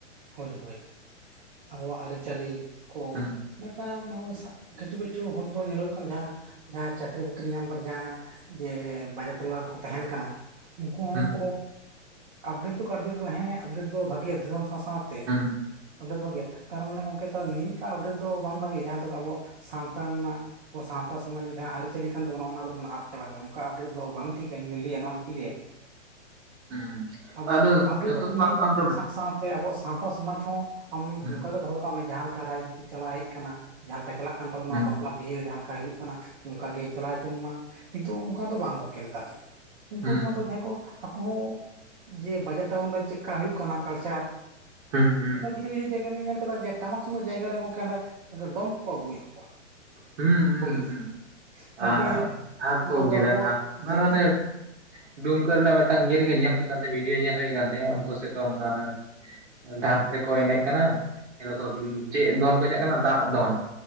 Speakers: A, on the right; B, on the right.
A: ᱦᱳᱭ ᱦᱳᱭ ᱟᱵᱚᱣᱟᱜ ᱟᱹᱨᱤᱪᱟᱹᱞᱤ ᱠᱚ,
B: ᱦᱩᱸ
A: ᱱᱮᱛᱟᱨ ᱫᱚ ᱥᱟᱜ ᱠᱤᱪᱷᱩ ᱠᱤᱪᱷᱩ ᱦᱚᱲ ᱫᱚ ᱧᱮᱞᱚᱜ ᱦᱩᱭᱩᱜ ᱠᱟᱱᱟ ᱡᱟᱦᱟᱸ ᱡᱟᱦᱟᱸᱭ ᱪᱟᱠᱨᱤ ᱵᱟᱹᱠᱨᱤ ᱧᱟᱢ ᱠᱟ ᱠᱟᱛᱮᱫ ᱡᱟᱦᱟᱸ ᱡᱮ ᱵᱟᱡᱟᱨ ᱴᱚᱞᱟ ᱨᱮᱠᱚ ᱛᱟᱦᱮᱱ ᱠᱟᱱᱟ᱾ ᱩᱱᱠᱩ ᱦᱚᱸᱠᱚ
B: ᱦᱩᱸ
A: ᱟᱯᱰᱮᱴ ᱫᱚᱠᱚ ᱟᱯᱰᱮᱴ, ᱦᱮᱸ ᱟᱯᱰᱮᱴ ᱫᱚ ᱵᱷᱟᱜᱤᱭᱟ ᱫᱤᱥᱚᱢ ᱥᱟᱶ ᱥᱟᱶᱛᱮ᱾
B: ᱦᱩᱸ
A: ᱚᱸᱰᱮ ᱫᱚ ᱵᱷᱟᱜᱮᱭᱟ ᱛᱟᱨ ᱢᱟᱱᱮ ᱜᱚᱝᱠᱮ ᱛᱚ ᱟᱨ ᱱᱤᱱᱴᱟᱜ ᱚᱯᱰᱮᱴ ᱫᱚ ᱵᱟᱝ ᱵᱷᱟᱜᱮᱭᱟ ᱡᱟᱦᱟᱸ ᱫᱚ ᱟᱵᱚ ᱥᱟᱶᱛᱟ ᱢᱮᱱᱟᱜ, ᱟᱵᱚ ᱥᱟᱶᱛᱟ ᱥᱚᱢᱟᱡᱽ ᱡᱟᱦᱟᱸ ᱟᱹᱨᱤᱪᱟᱹᱞᱤ ᱠᱟᱱ ᱛᱟᱵᱚ ᱚᱱᱟ ᱠᱚᱫᱚ ᱵᱚᱱ ᱟᱫ ᱪᱟᱵᱟᱭ ᱠᱮᱫᱟ ᱚᱱᱠᱟ ᱟᱯᱰᱮᱴ ᱫᱚ ᱵᱟᱝ ᱴᱷᱤᱠᱟ ᱤᱧ ᱞᱟᱹᱭᱟ ᱱᱚᱣᱟ ᱜᱮᱤᱧ ᱞᱟᱹᱭᱟ᱾ <inaudible>
B: ᱦᱩᱸ
A: ᱟᱵᱚ
B: ᱟᱫᱚ
A: ᱟᱯᱰᱮᱴᱚᱜ
B: ᱡᱚᱛᱚ
A: ᱢᱮ
B: ᱫᱚ ᱵᱟᱝ ᱠᱟᱱ,
A: ᱥᱟᱶ ᱥᱟᱶᱛᱮ ᱟᱵᱚᱣᱟᱜ ᱥᱟᱶᱛᱟ ᱥᱚᱢᱟᱡᱽ ᱦᱚᱸ, ᱟᱢ
B: ᱦᱩᱸ
A: ᱚᱱᱠᱟ ᱜᱮ ᱫᱚᱦᱚ ᱠᱟᱜ ᱢᱮ ᱡᱟᱦᱟᱸ ᱞᱮᱠᱟ ᱨᱟᱡᱽᱱᱤᱛᱤ ᱪᱟᱞᱟᱣ ᱦᱮᱜ ᱠᱟᱱᱟ ᱡᱟᱦᱟᱸ ᱞᱮᱠᱟ ᱪᱟᱞᱟᱜ, ᱠᱟᱱ ᱛᱟᱵᱚᱱᱟ
B: ᱦᱩᱸ
A: ᱵᱟᱯᱞᱟ ᱵᱤᱦᱟᱹ ᱡᱟᱦᱟᱸ ᱞᱮᱠᱟ ᱦᱩᱭᱩᱜ ᱠᱟᱱᱟ᱾ ᱚᱱᱠᱟ ᱜᱮ ᱪᱟᱞᱟᱣ ᱦᱚᱪᱚᱱ ᱢᱟ ᱠᱤᱱᱛᱩ ᱚᱱᱠᱟ ᱫᱚ ᱵᱟᱝ ᱜᱚᱝᱠᱮ ᱱᱮᱛᱟᱨ ᱫᱚ ᱩᱱᱠᱩ
B: ᱦᱩᱸ
A: ᱫᱚ ᱢᱟᱛᱚ ᱡᱟᱦᱟᱭ ᱠᱚ, ᱟᱠᱚ ᱦᱚᱸ ᱡᱮ ᱵᱟᱡᱟᱨ ᱴᱟᱣᱩᱱ ᱨᱮ ᱪᱮᱫᱞᱮᱠᱟ ᱦᱩᱭᱩᱜ ᱠᱟᱱᱟ ᱠᱟᱞᱪᱟᱨ᱾
B: ᱦᱩᱸ
A: ᱠᱤᱪᱷᱩ ᱠᱤᱪᱷᱩ ᱡᱟᱭᱜᱟ ᱨᱮᱧ ᱧᱮᱞ ᱠᱟᱫᱟ ᱡᱮ ᱴᱟᱢᱟᱠ ᱛᱩᱢᱫᱟᱜ ᱡᱟᱭᱜᱟ ᱨᱮ ᱜᱚᱝᱠᱮ ᱚᱱᱮ ᱰᱚᱢ ᱠᱚᱠᱚ ᱟᱹᱜᱩᱭᱮᱜ ᱠᱚᱣᱟ᱾
B: ᱦᱩᱸ ᱦᱩᱸ
A: ᱨᱩ ᱞᱟᱹᱜᱤᱫ
B: ᱦᱩᱸ
A: ᱛᱮ, ᱜᱚᱝᱠᱮ
B: ᱟᱨ ᱴᱷᱟᱠ
A: ᱱᱚᱣᱟ
B: ᱠᱚ ᱟᱹᱜᱩᱭᱮᱫᱟ
A: ᱫᱚ ᱟᱵᱚᱣᱟᱜ
B: ᱴᱷᱟᱠ ᱚᱱᱟ
A: ᱡᱮᱦᱮᱛᱩ
B: ᱫᱚ ᱦᱟᱱᱮ ᱰᱩᱢᱠᱟᱹ ᱨᱮᱱᱟᱜ ᱢᱤᱫᱴᱟᱝ ᱤᱭᱟᱹ ᱨᱮᱜᱮ ᱧᱮᱞ ᱦᱩᱭᱩᱜ ᱠᱟᱱ ᱛᱟᱦᱮ ᱵᱷᱤᱰᱭᱳ ᱧᱮᱞ ᱦᱩᱭᱩᱜ ᱠᱟᱱ ᱛᱟᱦᱮᱸ ᱩᱱᱠᱩ ᱥᱮᱫ ᱫᱚ ᱚᱝᱠᱟᱱᱟᱜ, ᱰᱷᱟᱠ ᱛᱮᱠᱚ ᱮᱱᱮᱡ ᱠᱟᱱᱟ, ᱟᱫᱚᱠᱚ ᱪᱮᱫ ᱫᱚᱱ ᱠᱚ ᱪᱟᱜ ᱠᱟᱱᱟ ᱫᱟᱜᱽ ᱫᱚᱱ᱾